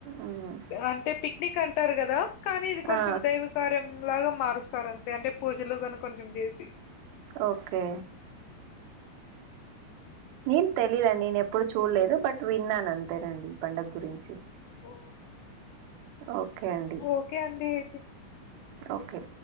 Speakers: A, on the right; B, on the left.
A: మ్మ్
B: అంటే పిక్నిక్ అంటారు కదా కానీ ఇది కొంచెం
A: ఆ
B: దైవ కార్యం లాగా మారుస్తారు అంతే అంటే పూజలుగనం కొంచెం చేసి
A: ఓకే నేను తెలిదు అండి నేను ఎప్పుడు చూడలేదు బట్ విన్నాను అంతేనండి ఈ పండగ గురించి
B: ఓ,
A: ఓకే అండి
B: ఓకే అండి అయితే
A: ఓకే